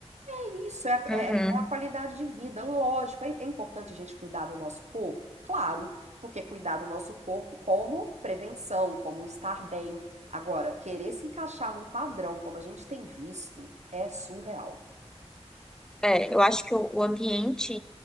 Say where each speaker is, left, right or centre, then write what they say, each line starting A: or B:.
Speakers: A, on the right; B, in the centre.
A: É isso, é a,
B: Uhum.
A: é- é a qualidade de vida. Lógico, é, é importante a gente cuidar do nosso corpo. Claro, porque cuidar do nosso corpo como prevenção, como estar bem. Agora, querer se encaixar num padrão como a gente tem visto é surreal.
B: É, eu acho que o, o ambiente